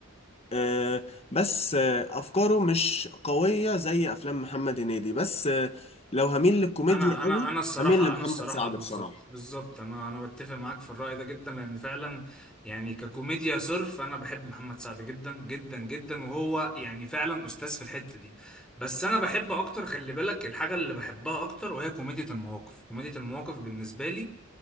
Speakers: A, on the left; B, in the centre.
A: آه بس آه أفكاره مش قوية زي أفلام محمد هنيدي بس آه لو هميل للكوميديا
B: انا انا
A: قوي
B: انا الصراحه
A: هميل لمحمد
B: انا الصراحه
A: سعد
B: بالظبط
A: بصراحة
B: بالظبط انا انا بتفق معاك في الراي ده جدا لان فعلا يعني ككوميديا صرف انا بحب محمد سعد جدا جدا جدا وهو يعني فعلا استاذ في الحته دي بس انا بحب اكتر خلي بالك الحاجه اللي بحبها اكتر وهي كوميديا المواقف كوميديا المواقف بالنسبه لي